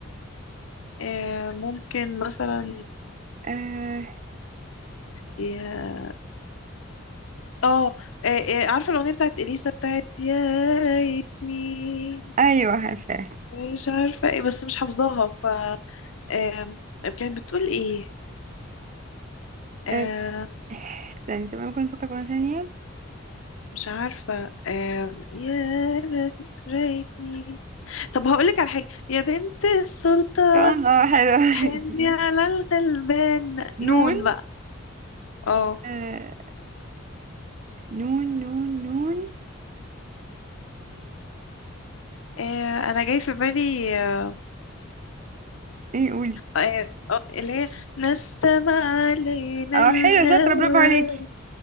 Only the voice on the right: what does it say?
آه
ايوه عارفاه
آه، استني طب ممكن نفكر مرة ثانية
طبعاً، اه حلو
<laughs>
نون
آه نون نون نون
ايه قولي
اه
حلو شاطرة برافو عليك